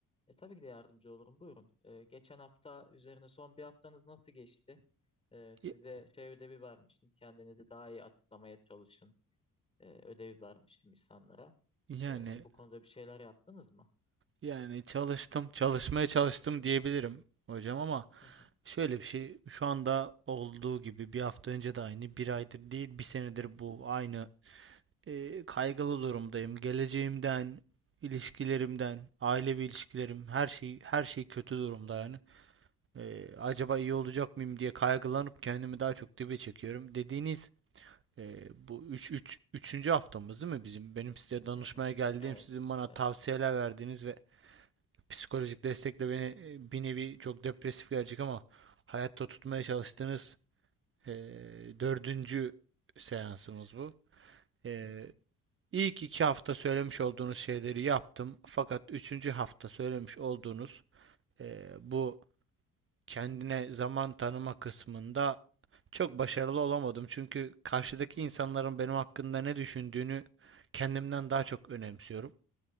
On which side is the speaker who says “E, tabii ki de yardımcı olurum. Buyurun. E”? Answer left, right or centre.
Left